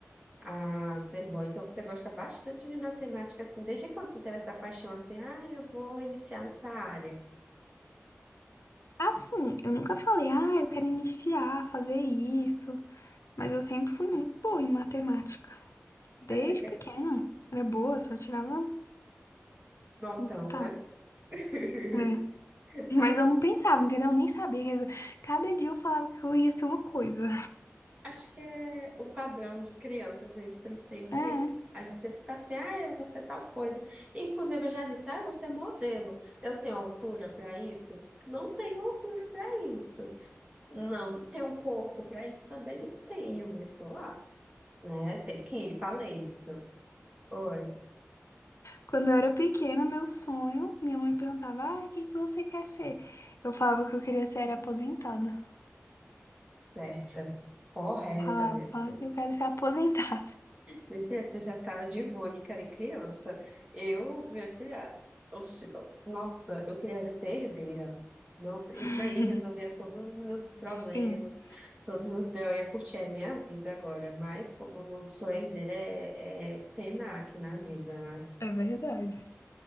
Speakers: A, on the right; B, on the left.
A: ah, sei bom. Então você gosta bastante de matemática, assim. Desde quando você teve essa paixão assim? Ah, eu vou iniciar nessa área.
B: Assim, eu nunca falei, ah, eu quero iniciar, fazer isso. Mas eu sempre fui muito boa em matemática. Desde
A: Aí você quer
B: pequena. Era boa, só tirava.
A: notão,
B: um. Tá.
A: né? <laughs>
B: É. Mas
A: Ai,
B: eu não pensava, entendeu? Eu nem sabia. que eu- Cada dia eu falava que eu ia ser uma coisa.
A: acho que é o padrão de crianças, eles por sempre.
B: É.
A: A gente sempre tá assim, ah, eu vou ser tal coisa. Inclusive, eu já disse, ah, eu vou ser modelo. Eu tenho altura para isso? Não tenho altura para isso. Não, tenho um corpo para isso? Também não tenho, mas estou lá, né? Tem que ir, falei isso. Oi.
B: Quando eu era pequena, meu sonho, minha mãe perguntava: Ah, o que que você quer ser? Eu falava que eu queria ser aposentada.
A: Certa, correta,
B: Falava,
A: minha
B: falava
A: filha.
B: assim, eu quero ser aposentada.
A: Meu Deus, você já estava de Mônica de criança. Eu, minha filha, oxe, nossa, eu queria ser herdeira. Nossa,
B: <laughs>
A: isso daí resolvia todos os meus problemas,
B: Sim,
A: todos os meus B.O. Eu ia curtir a minha vida agora, mas como eu não sou herdeira, é, é pena aqui na vida, né?
B: é verdade.